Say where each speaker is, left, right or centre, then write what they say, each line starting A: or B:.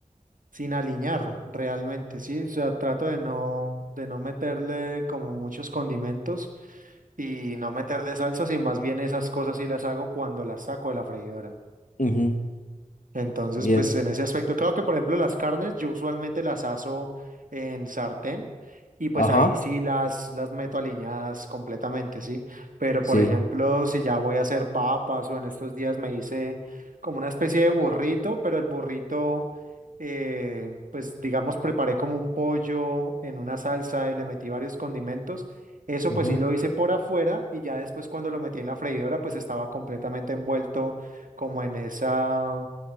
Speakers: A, on the right; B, on the left.
A: sin aliñar realmente, ¿sí? O sea, trato de no, de no meterle como muchos condimentos y no meterle salsas y más bien esas cosas sí las hago cuando las saco de la freidora.
B: Ujú,
A: Entonces,
B: Bien.
A: pues en ese aspecto, claro que por ejemplo las carnes, yo usualmente las aso en sartén y pues
B: Ajá.
A: ahí sí las, las meto aliñadas completamente, ¿sí? Pero
B: Sí.
A: por ejemplo, si ya voy a hacer papas o en estos días me hice como una especie de burrito, pero el burrito, eh, pues digamos, preparé como un pollo en una salsa y le metí varios condimentos. Eso
B: ujú,
A: pues sí lo hice por afuera y ya después cuando lo metí en la freidora, pues estaba completamente envuelto como en esa